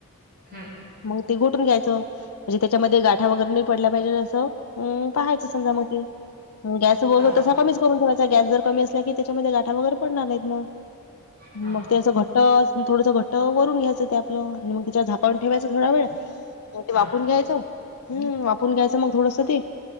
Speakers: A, on the right; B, on the left.
A: हम्म
B: मग ते घोटून घ्यायचं,, म्हणजे त्याच्यामध्ये गाठा वगैरे नाही पडल्या पाहिजे जसं. हम्म पहायचं समजा मग ते गॅस
A: हा
B: तसा
A: ओके हो
B: कमीच करून ठेवायचा. गॅस जर कमी असला की त्याच्यामध्ये गाठा वगैरे पडणार नाहीत मग.
A: हा
B: मग ते असं घट्टस, थोडंस घट्ट वरून घ्यायचं ते आपलं, आणि मग त्याच्या झाकावून ठेवायचं थोडा वेळ मग ते
A: हा
B: वाफवून घ्यायचं. हम्म..... वाफवून घ्यायचं मग थोडसं ते